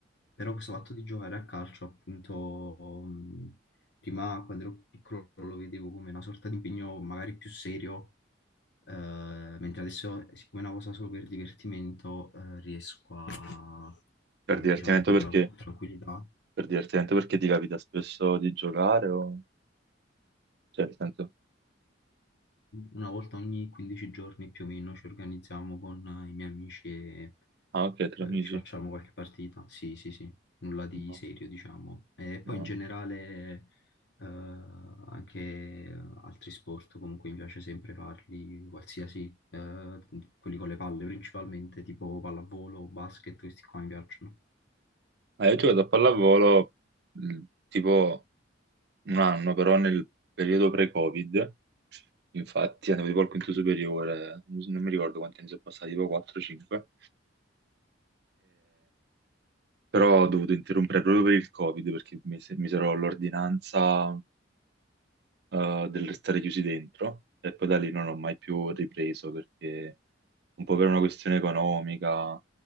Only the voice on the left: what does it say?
però questo fatto di giocare a calcio, appunto, mh, prima quando ero più piccolo lo vedevo come una sorta di impegno magari più serio. eh, mentre adesso, siccome è una cosa solo per divertimento, eh, riesco a,
a,
diciamo, farla
con tranquillità.
Una volta ogni 15 giorni più o meno ci organizziamo con eh, i miei amici e
eh,
ci facciamo qualche partita. Sì, sì, sì, nulla di
serio, diciamo. E poi
in generale eh, anche eh, altri sport, comunque mi piace sempre farli, qualsiasi, eh, quelli con le palle principalmente, tipo pallavolo, basket, questi qua mi piacciono.